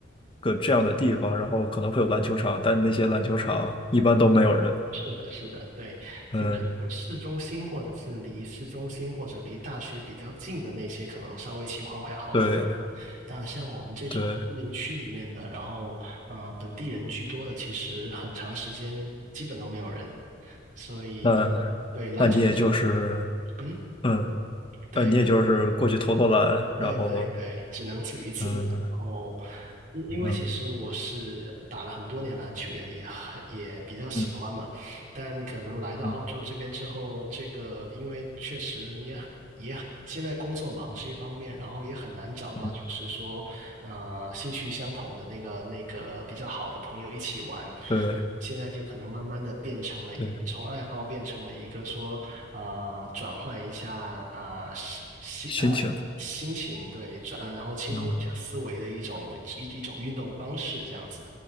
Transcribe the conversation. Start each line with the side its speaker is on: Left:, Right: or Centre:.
Left: 个这样的地方，然后可能会有篮球场，但那些篮球场一般都没有人。
Right: 是的是的，对，
Left: 嗯，
Right: 有可能市中心或者是离市中心或者离大学比较近的那些，可能稍微情况会好一点。
Left: 对
Right: 但像我们这种居民区里面的，
Left: 对，
Right: 然后呃本地人居多的，其实很长时间基本都没有人，所以
Left: 那
Right: 对篮球，
Left: 那你也就是
Right: 嗯。
Left: 嗯
Right: 对。
Left: 呃，你也就是过去投投篮，
Right: 对对对，
Left: 然后
Right: 只能自娱自乐。
Left: 嗯
Right: 然后，因因为其实我是打了很多年篮球，
Left: 嗯
Right: 也也很也比较喜欢嘛。
Left: 嗯
Right: 但可能来到澳洲这边之后，
Left: 嗯
Right: 这个因为确实你也很也很现在工作忙是一方面，然后也很难找到就是说呃兴趣相同的那个那个比较好的朋友一起玩。
Left: 嗯，对
Right: 现在就可能慢慢的变成了一，
Left: 对，
Right: 从爱好变成了一个说，呃，转换一下啊，心心呃心情，
Left: 心情
Right: 对，转，呃然后清空一下思维的一种一一种运动方式，
Left: 嗯
Right: 这样子。